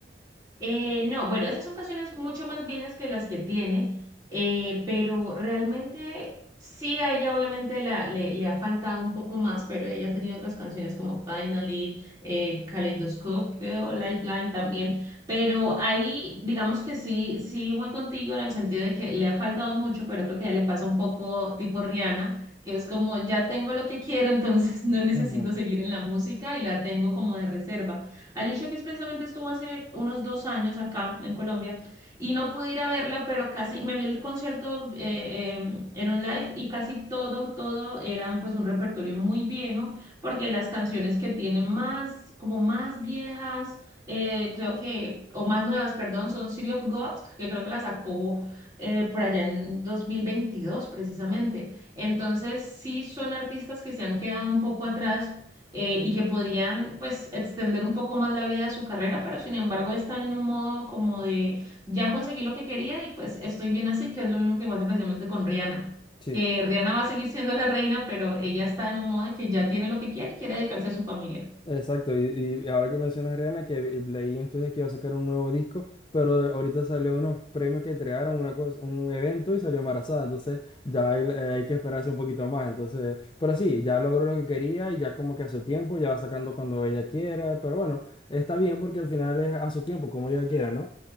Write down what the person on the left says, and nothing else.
Ujú,
Sí.
Exacto, y, y ahora que mencionas Rihanna, que vi- leí en estos días que iba a sacar un nuevo disco, pero de- ahorita salió unos premios que entregaron una cosa, un evento y salió embarazada, entonces ya hay, eh, hay que esperarse un poquito más, entonces, pero sí, ya logró lo que quería y ya como que a su tiempo, ya va sacando cuando ella quiera, pero bueno, está bien porque al final es a su tiempo, como ella quiera, ¿no?